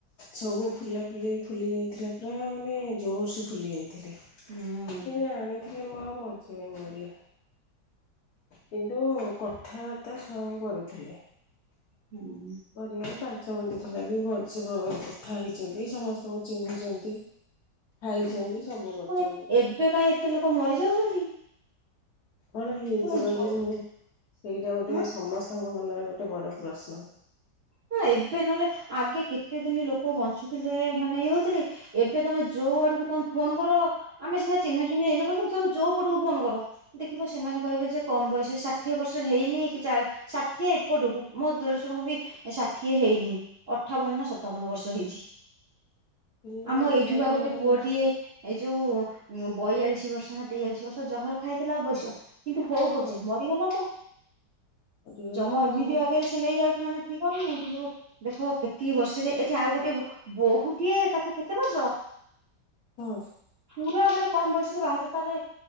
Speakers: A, on the left (about 60°); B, on the right (about 40°).
A: ସବୁ ଫୁଲା ଫୁଲି-ଫୁଲି ଯାଇଥିଲା ପୁରା ମାନେ ଜୋର ସେ ଫୁଲି ଯାଇଥିଲା।
B: ହୁଁ।
A: ସେ ଜାଣିଥିଲି ମୁଁ ଆଉ ବଞ୍ଚିବିନି ବୋଲି। କିନ୍ତୁ କଥାବାର୍ତ୍ତା ସବୁ କରୁଥିଲେ
B: ହୁଁ।
A: କରିବାକୁ ପାଞ୍ଚ ମିନଟ ଥିଲା ବି ଭଲ ସେ କଥା ହେଇଛନ୍ତି ସମସ୍ତଙ୍କୁ ଚିହ୍ନିଛନ୍ତି। ଖାଇଛନ୍ତି
B: ଓ
A: ସବୁ କରିଛନ୍ତି
B: ଏବେ କାହିଁ ଏତେ ଲୋକ ମରି ଯାଉଛନ୍ତି।
A: କଣ ହେଇଛି
B: ପୁଣି
A: କହିଲେ
B: ଯୋ
A: ମୁଁ ସେଇଟା ଗୋଟେ
B: ହଁ
A: ସମସ୍ତଙ୍କ ମନରେ ଗୋଟେ ଗୋଟେ ବଡ଼ ପ୍ରଶ୍ନ।
B: ହ ଏବେ ନହେଲେ ଆଗେ କେତେ ଦିନ ଲୋକ ବଞ୍ଚୁଥିଲେ ମାନେ ଇଏ ହଉଥିଲେ ଏବେ ତମେ ଯୋଉ ଆଡକୁ ତମେ ଫୋନ କର ଆମେ ସିନା ଚିହ୍ନା ଚିହ୍ନି ଏନ ତମେ ଯୋଉ ପଟକୁ ଫୋନ କର ଦେଖିବ ସେମାନେ କହିବେ ଯେ କମ ବୟସ ଷାଠିଏ ବର୍ଷ ହେଇନି କି ଷାଠିଏ ଏପଟୁ ମୋ ଦେଡସୁରଙ୍କୁ ଏ ଷାଠିଏ ହେଇନି ଅଠାବନ ନା ସତାବନ ବର୍ଷ ହେଇଛି।
A: ପିଲା
B: ଆମ
A: ଲୋକ
B: ଏଇଠୁ
A: ଗୁଡ଼ାଙ୍କର
B: ବା ଗୋଟେ ପୁଅଟିଏ ଏ ଯୋଉ ବୟାଳିଶ ବର୍ଷ ନା ତେୟାଳିଶି ବର୍ଷ ଜହର ଖାଇଥିଲା ଅବଶ୍ୟ କିନ୍ତୁ ହଉ
A: ହଁ
B: ପଛେ
A: ହଁ
B: ମରିଗଲା ତ।
A: କରିଗଲେ
B: ଜମା
A: ଆଉ।
B: ଏମିତି ଆଗରେ ସେ ନେଇ ଯାଉଛି ମାନେ କନହି କିନ୍ତୁ ଦେଖ କେତକ ବର୍ଷରେ ଏଠି ଆଉ ଗୋଟେ ବୋହୂଟିଏ ତାକୁ କେତେ ବର୍ଷ?
A: ହଁ
B: ପୁରା ମାନେ କମ ବୟସରେ ବାହାରିଛ ତାର